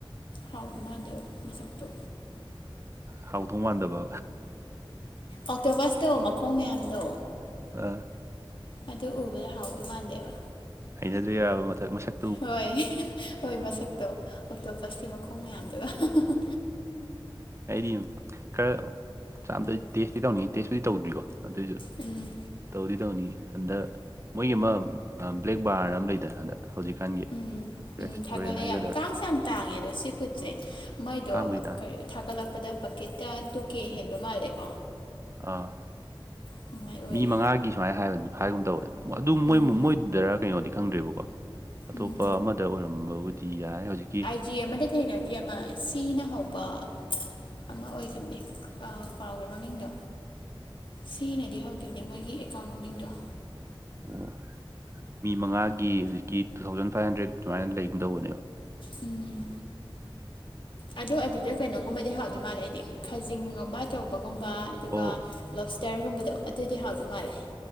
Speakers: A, on the left (about 65°); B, on the right (about 30°).
A: ꯍꯥꯎꯗꯣ ꯃꯥꯟꯗꯕ ꯃꯁꯛꯇꯣ
B: ꯍꯥ ꯍꯥꯎꯗꯧ ꯃꯥꯟꯗꯕ
A: ꯑꯣꯛꯇꯣꯄꯁꯇꯣ ꯃꯈꯣꯡ ꯃꯌꯥꯝꯗꯣ
B: ꯑꯥ
A: ꯑꯗꯨ ꯎꯕꯗ ꯍꯥꯎꯗꯧ ꯃꯥꯟꯗꯦꯕ
B: ꯍꯩꯅꯗ꯭ꯔꯤꯔꯕ ꯃꯊꯛ ꯃꯁꯛ
A: ꯍꯣꯏ ꯍꯣꯏ ꯃꯁꯛꯇꯣ ꯑꯣꯛꯇꯣꯄꯁꯀꯤ ꯃꯈꯣꯡ ꯃꯌꯥꯝꯗꯨꯒ ꯍꯥ ꯍꯥ ꯍ
B: ꯑꯩꯗꯤ ꯈꯔ ꯆꯥꯝꯗ ꯇꯦꯁꯇꯤ ꯇꯧꯅꯤꯡꯉꯤ ꯇꯦꯁꯄꯨꯗꯤ ꯇꯧꯗ꯭ꯔꯤꯀꯣ ꯑꯗꯨꯏꯁꯨ
A: ꯎꯨꯝ
B: ꯇꯧꯗꯤ ꯇꯧꯅꯤꯡꯉꯦ ꯍꯟꯗꯛ ꯃꯣꯏꯒꯤ ꯑꯃ ꯑꯥ ꯕ꯭ꯂꯦꯛ ꯕꯥꯔꯑꯅ ꯑꯃ ꯂꯩꯗꯅ ꯍꯟꯗꯛ ꯍꯧꯖꯤꯛꯀꯥꯟꯒꯤ
A: ꯎꯝ
B: ꯔꯦꯁꯇꯨꯔꯦꯟ
A: ꯎꯝ ꯊꯥꯒꯠꯂꯦ
B: ꯍꯥꯏꯒꯗ꯭ꯔꯥ
A: ꯌꯥꯝ ꯇꯥꯡꯁꯨ ꯌꯥꯝ ꯇꯥꯡꯉꯦ ꯑꯗꯣ ꯁꯤ ꯐꯨꯠꯁꯦ ꯃꯣꯏꯗꯣ
B: ꯇꯥꯡꯕꯨꯗꯤ ꯇꯥꯡꯉꯦ
A: ꯀꯔꯤ ꯊꯥꯒꯠꯂꯛꯄꯗ ꯕꯛꯀꯦꯠꯇ ꯇꯨ ꯀꯦ ꯍꯦꯟꯕ ꯃꯥꯜꯂꯦꯀꯣ
B: ꯑꯥ
A: ꯑꯗꯨꯃꯥꯏ ꯑꯣꯏ
B: ꯃꯤ ꯃꯉꯥꯒꯤ ꯁꯨꯃꯥꯏꯅ ꯍꯥꯏꯕꯅꯤ ꯍꯥꯏꯒꯨꯝ ꯇꯧꯕꯅꯦ ꯑꯗꯨ ꯃꯣꯏ
A: ꯎꯝ
B: ꯃꯣꯏꯗꯨꯗꯔ ꯀꯩꯅꯣꯗꯤ ꯈꯪꯗ꯭ꯔꯦꯕꯀꯣ ꯑꯇꯣꯞꯄ
A: ꯎꯝ
B: ꯑꯃꯗ ꯑꯣꯏꯔꯝꯕꯕꯨꯗꯤ ꯌꯥꯏ ꯍꯧꯖꯤꯛꯀꯤ
A: ꯆꯦ ꯑꯃꯗ ꯊꯦꯡꯅꯈꯤ ꯑꯃ ꯁꯤꯅ ꯍꯧꯕ ꯑꯃ ꯑꯣꯏꯈꯤꯕꯅꯦ ꯀꯥꯎꯕꯨ ꯀꯥꯎꯈ꯭ꯔꯦ ꯃꯃꯤꯡꯗꯣ ꯁꯤꯅꯗꯤ ꯍꯧꯈꯤꯕꯅꯦ ꯃꯣꯏꯒꯤ ꯑꯦꯀꯥꯎꯟ ꯃꯃꯤꯡꯗꯣ
B: ꯑꯣ ꯃꯤ ꯃꯉꯥꯒꯤ ꯍꯧꯖꯤꯛꯀꯤ ꯇꯨ ꯊꯥꯎꯖꯟ ꯐꯥꯏꯚ ꯍꯟꯗ꯭ꯔꯦꯠ ꯑꯗꯨꯃꯥꯏꯅ ꯂꯩꯒꯨꯝ ꯇꯧꯕꯅꯦꯕ
A: ꯎꯨꯝ ꯑꯗꯣ ꯑꯗꯨꯗ ꯀꯩꯅꯣꯒꯨꯝꯕꯗꯤ ꯍꯥꯎꯗꯣꯏ ꯃꯥꯜꯂꯦ ꯑꯩꯗꯤ ꯈꯥꯖꯤꯡꯒꯨꯝꯕ ꯆꯧꯕꯒꯨꯝꯕ ꯑꯗꯨꯒ
B: ꯑꯣ
A: ꯂꯣꯞꯁꯇꯔꯒꯨꯝꯕꯗꯣ ꯑꯗꯨꯗꯤ ꯍꯥꯎꯗꯧ ꯃꯥꯜꯂꯦ